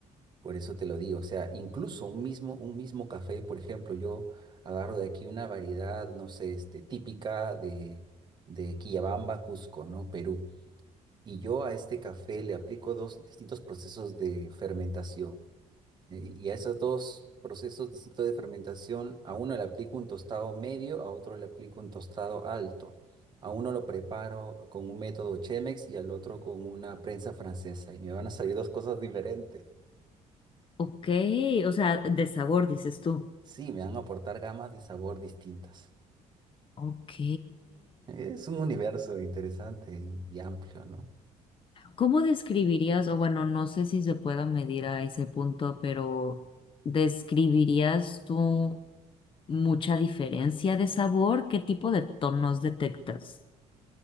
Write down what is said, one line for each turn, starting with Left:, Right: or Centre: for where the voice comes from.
Right: Por eso te lo digo, o sea, incluso un mismo, un mismo café, por ejemplo, yo agarro de aquí una variedad, no sé, este, típica de, de Quillabamba, Cusco, ¿no? Perú. Y yo a este café le aplico dos distintos procesos de fermentación. eh, Y a esos dos procesos distintos de fermentación, a uno le aplico un tostado medio, a otro le aplico un tostado alto. A uno lo preparo con un método Chemex y al otro con una prensa francesa. Y me van a salir dos cosas diferentes.
Left: Ok, o sea, de sabor, dices tú.
Right: Sí, me van a aportar gamas de sabor distintas.
Left: Ok.
Right: Es un universo interesante y, y amplio, ¿no?
Left: ¿Cómo describirías, o bueno, no sé si se pueda medir a ese punto, pero ¿describirías tú mucha diferencia de sabor? ¿Qué tipo de tonos detectas?